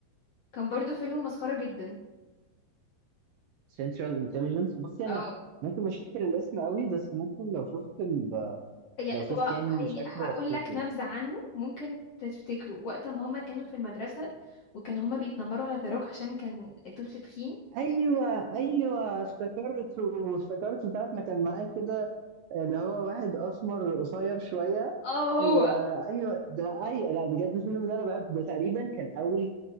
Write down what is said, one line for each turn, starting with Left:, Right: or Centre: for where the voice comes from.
Left: كان برضو فيلم مسخره جدا
Right: Central Intelligence بصي انا
Left: اه
Right: ممكن مش فاكر الاسم قوي بس ممكن لو شفت ال...
Left: يا
Right: لو شفت
Left: طب
Right: يعني
Left: يعني
Right: شكله
Left: هقول
Right: افتكره
Left: لك نبذة عنه ممكن تفتكره وقت ما هما كانوا في المدرسة وكان هما بيتنمروا على ذا روك عشان كان طفل تخين
Right: ايوه ايوه افتكرته افتكرته ساعة ما كان معاك كده اللي هو واحد اسمر قصير شويه
Left: اه هو
Right: وايوه ده اي لا بجد الفيلم ده انا بحب ده تقريبا كان اول